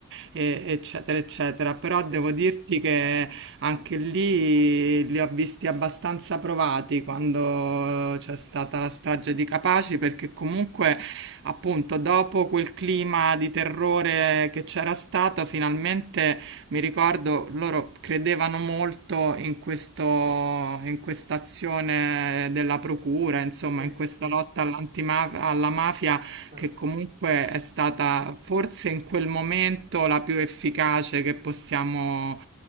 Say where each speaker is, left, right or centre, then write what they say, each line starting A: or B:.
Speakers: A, on the right; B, on the right.
A: e- eccetera, eccetera. Però
B: Sì,
A: devo dirti che anche lì li ho visti abbastanza provati quando c'è stata la strage di Capaci, perché comunque, appunto, dopo quel clima di terrore che c'era stato, finalmente mi ricordo loro credevano molto in questo, in questa azione della procura, insomma,
B: sì,
A: in questa
B: sì,
A: lotta all'antima- alla mafia
B: certo,
A: che comunque è stata forse in quel momento la più efficace che possiamo